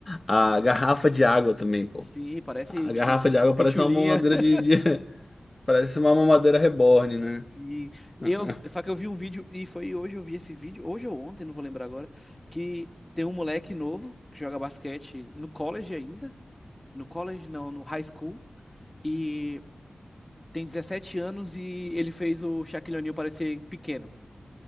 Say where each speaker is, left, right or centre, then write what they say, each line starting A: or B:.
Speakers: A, on the left; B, on the left.
A: a garrafa de água também, pô.
B: Sim, parece,
A: A
B: tipo,
A: garrafa de água
B: pitulinha.
A: parece uma mamadeira
B: <laughs>
A: de, de- <laughs> parece uma mamadeira reborn, né?
B: Sim. Eu,
A: <laughs>
B: só que eu vi um vídeo, e foi hoje eu vi esse vídeo, hoje ou ontem, não vou lembrar agora, que tem um moleque novo que joga basquete no college ainda. No college, não, no high school. e tem 17 anos e ele fez o Shaquille O'Neal parecer pequeno.